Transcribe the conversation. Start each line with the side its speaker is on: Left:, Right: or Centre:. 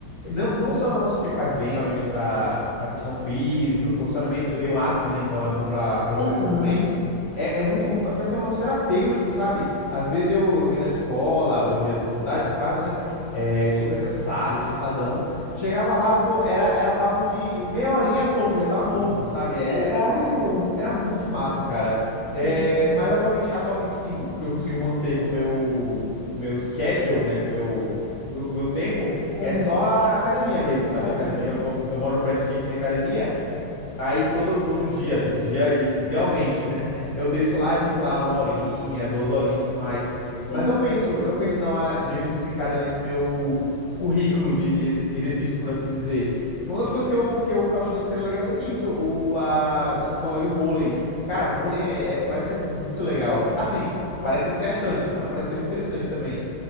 Left: não, não só é um negócio que faz bem, obviamente, pra para questão física, condicionamento. Eu tenho asma, né? Então é bom pra para respiração
Right: Aham.
Left: também. É, é muito bom, pa- parece que é um negócio terapêutico, sabe? Às vezes eu, eu venho da escola, hoje em dia da faculdade, no caso, né? É, super cansado, estressadão. Chegava lá, pô, era, era papo de meia horinha, pronto, já tava novo, sabe?
Right: Que
Left: É,
Right: legal.
Left: é um, é- era muito massa, cara. É,
Right: Que legal.
Left: mas atualmente, atualmente, sim, que eu consigo manter com o meu, com o meu schedule, né? Com o meu, com o meu, com o meu tempo,
Right: Aham.
Left: é só a academia mesmo, sabe?
Right: Aham.
Left: Academia, eu, eu, eu moro num prédio aqui que tem academia. Aí todo, todo dia, todo dia, i- idealmente, né? <laughs> Eu desço lá e fico lá uma horinha, duas horinhas e tudo mais.
Right: Entendi.
Left: Mas eu penso, eu penso em dar uma diversificada nesse meu currículo de, de ex- exercício, por assim dizer. E Uma das coisas que eu, que eu, que eu acho que seria legal seria isso, o, a, o que você falou aí, o vôlei. Cara, vôlei é, é- parece ser muito legal. Assim, parece ser desgastante, mas parece ser muito interessante também.